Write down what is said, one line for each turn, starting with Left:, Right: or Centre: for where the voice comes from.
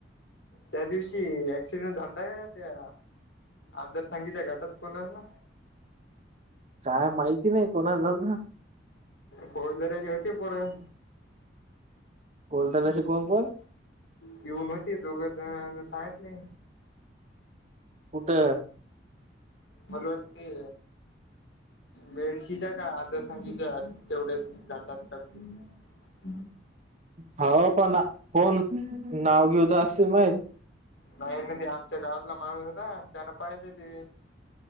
Left: त्या दिवशी असिसिडेन्ट झालता का त्या आदर सांगीच्या घटात कोणाचा.
Right: काय माहिती नाही कोणाला झाला.
Left: कोळ दऱ्यांची होते परं.
Right: कोलदऱ्याची कोण कोण.
Left: पिऊन होते दोघच जण सांगितले.
Right: कुठं?
Left: मला वाटते मेडशीच्या का अंधसंगीच्या तेवढ्या घाटात का कुठे. <unintelligible>
Right: हो पण कोण नाव घेऊ तर असतील माहीत.
Left: नाही ना ते आमच्या गावातला माणूस होता त्यांना पाहिजे ते.